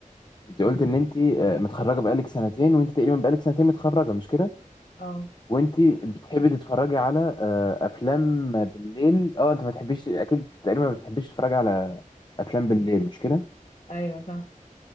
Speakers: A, on the left (about 35°); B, on the left (about 55°).
A: انت قلت ان انت آه، متخرجه بقالك سنتين وانت تقريبا بقالك سنتين متخرجه مش كده
B: اه
A: وانت بتحبي تتفرجي على آه، افلام بالليل اه انت ما تحبيش اكيد تقريبا ما بتحبيش تتفرجي على افلام بالليل مش كده
B: ايوه صح